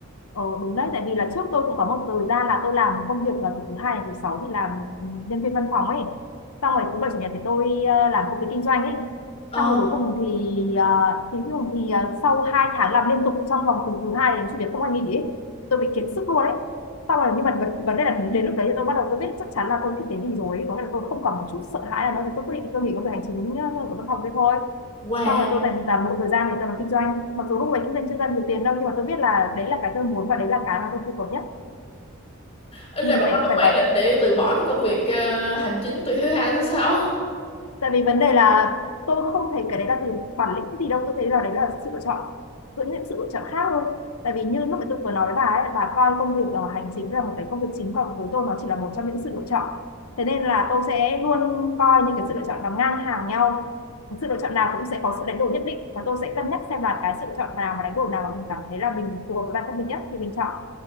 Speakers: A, on the left (about 85°); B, on the left (about 30°).
A: ờ, đúng đấy tại vì là trước tôi cũng có một thời gian là tôi làm công việc là từ thứ hai đến thứ sáu thì làm ừ, nhân viên văn phòng ấy xong rồi thứ bảy chủ nhật thì tôi ờ, làm công việc kinh doanh ấy
B: Ồ,
A: xong rồi cuối cùng thì uh, thì cuối cùng thì ờ, sau hai tháng làm liên tục trong vòng từ thứ hai đến chủ nhật không ai nghỉ ấy, thì tôi bị kiệt sức luôn ấy xong rồi nhưng mà vấn vấn đề là đến lúc đấy thì tôi bắt đầu tôi biết chắc chắn là tôi thích cái gì rồi ấy. có nghĩa là tôi không còn một chút sợ hãi nào nữa tôi quyết định tôi nghỉ công việc hành chính ờ, ở văn phòng kia thôi
B: Wow,
A: xong rồi tôi dành toàn bộ thời gian để tôi làm kinh doanh mặc dù lúc đấy kinh doanh chưa ra nhiều tiền đâu nhưng mà tôi biết là đấy là cái tôi muốn và đấy là cái mà tôi phù hợp nhất
B: Ý là
A: thì
B: bạn
A: phải
B: có đủ
A: phải
B: bản
A: có
B: lĩnh để từ bỏ cái công việc ờ, hành chính từ thứ hai đến thứ sáu.
A: tại vì vấn đề là tôi không thấy cái đấy là từ bản lĩnh gì đâu tôi thấy là đấy là sự lựa chọn giữa những sự lựa chọn khác hơn tại vì như lúc nãy tôi vừa nói với bà ấy bà coi công việc ờ, hành chính là một cái công việc chính còn với tôi nó chỉ là một trong những sự lựa chọn thế nên là tôi sẽ luôn coi những cái sự lựa chọn nó ngang hàng nhau sự lựa chọn nào cũng sẽ có sự đánh đổi nhất định và tôi sẽ cân nhắc xem là cái sự lựa chọn nào và đánh đổi nào mà mình cảm thấy là mình phù hợp với bản thân mình nhất thì mình chọn